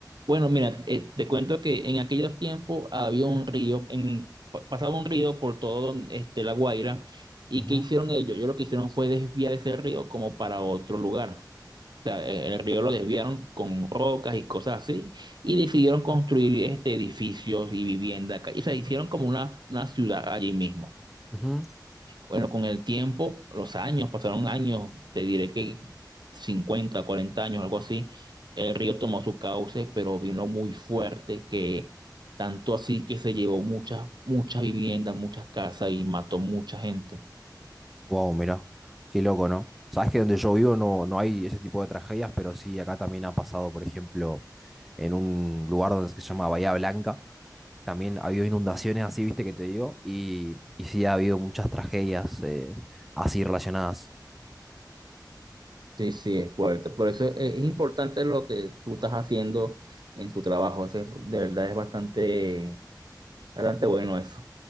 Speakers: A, on the right (about 75°); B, in the centre.
A: Bueno, mira, eh, te cuento que en aquellos tiempos había un río, en, pa- pasaba un río por todo este, La Guaira, y
B: Ujú,
A: ¿qué hicieron ellos? Yo lo que hicieron fue desviar ese río como para otro lugar. O sea, eh, el río lo desviaron con rocas y cosas así, y decidieron construir este, edificios y vivienda, ca- o sea, hicieron como una, una ciudad allí mismo.
B: ujú.
A: Bueno, con el tiempo, los años, pasaron años, te diré que 50 40 años, algo así, el río tomó su cauce, pero vino muy fuerte, que tanto así que se llevó muchas, muchas viviendas, muchas casas y mató mucha gente.
B: Wow, mira, qué loco, ¿no? Sabes que donde yo vivo no, no hay ese tipo de tragedias, pero sí, acá también ha pasado, por ejemplo, en un lugar donde se llama Bahía Blanca, también ha habido inundaciones así, viste que te digo, y, y sí ha habido muchas tragedias eh, así relacionadas.
A: Sí, sí, es fuerte. Por eso es, es importante lo que tú estás haciendo en tu trabajo. Eso es- de verdad es bastante, bastante bueno eso.